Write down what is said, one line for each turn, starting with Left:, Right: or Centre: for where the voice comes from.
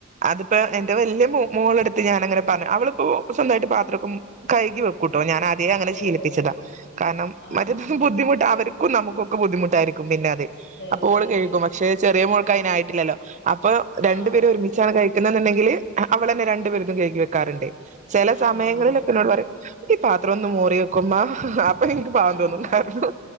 Right: അതിപ്പോ എന്റെ വലിയ മോളെടുത്ത് ഞാനങ്ങനെ പറഞ്ഞു അവളിപ്പോ സ്വന്തമായിട്ട് പാത്രക്ക കൈകി വെക്കൂട്ടോ ഞാൻ അതേ അങ്ങനെ
Left: ഓ
Right: ശീലിപ്പിച്ചതാ
Left: ഓ
Right: കാരണം
Left: ആഹ്
Right: മറ്റേ
Left: ഹാ
Right: ദിവസം
Left: ഹാ
Right: ബുദ്ധിമുട്ട് അവർ നുക്ക ബുദ്ധിമുട്ടാരിക്കും പിന്നെ അതെ അപ്പൊ
Left: അതെ
Right: ഓള്
Left: അതെ
Right: കേൾക്കും പക്ഷെ ചെറിയ മോൾക്ക് അതിനായിട്ടില്ലല്ലോ അപ്പൊ രണ്ടു
Left: ആ അത്
Right: പേര്
Left: കുഞ്ഞൻ
Right: ഒരുമിച്ചാണ് കഴിക്ക ന്നുണ്ടെങ്കിൽ അവളെന്നെ രണ്ട് പേരുടേം കഴുകി വെക്കാറുണ്ട് ചില
Left: ആഹ്
Right: സമയങ്ങളിലൊക്കെ
Left: ഹാ ഹാ
Right: എന്നോട് പറയും ഇ പാത്രംന്ന് മോറി വെക്കോ അമ്മ ഇൻക് പാവം
Left: ആഹ്
Right: തോന്നും
Left: ഹാ
Right: കാരണം